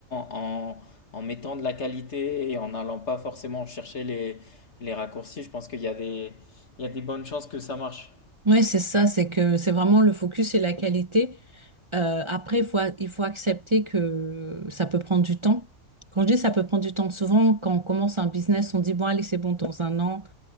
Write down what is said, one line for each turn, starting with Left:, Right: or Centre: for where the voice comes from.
Left: en, en mettant de la qualité et en n'allant pas forcément chercher les, les raccourcis, je pense qu'il y a des, il y a des bonnes chances que ça marche.
Right: Oui, c'est ça, c'est que c'est vraiment le focus et la qualité. Euh, après, il faut, a- il faut accepter que ça peut prendre du temps. Quand je dis ça peut prendre du temps, souvent, quand on commence un business, on dit, bon, allez, c'est bon, dans un an,